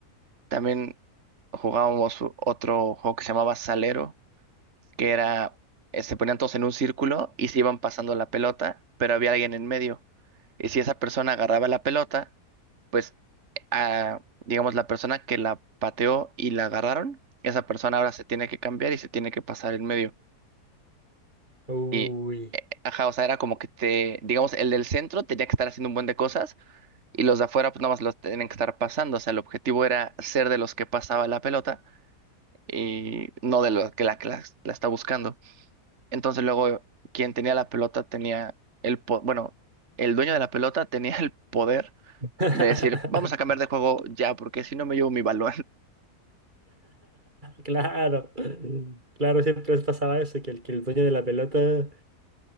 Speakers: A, on the right (about 45°); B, on the right (about 30°).
A: También jugábamos u- otro juego que se llamaba Salero, que era, eh, se ponían todos en un círculo y se iban pasando la pelota, pero había alguien en medio. Y si esa persona agarraba la pelota, pues, ah, digamos, la persona que la pateó y la agarraron, esa persona ahora se tiene que cambiar y se tiene que pasar en medio.
B: Uy.
A: Y, eh, ajá, o sea, era como que te, digamos, el del centro tenía que estar haciendo un buen de cosas y los de afuera pues nada más los tienen que estar pasando. O sea, el objetivo era ser de los que pasaba la pelota y no de los que la, que la, la está buscando. Entonces luego quien tenía la pelota tenía el, po- bueno, el dueño de la pelota tenía el poder
B: <laughs>
A: de decir, vamos a cambiar de juego ya, porque si no me llevo mi balón. <laughs>
B: Claro, claro, siempre les pasaba eso, que el, que el dueño de la pelota,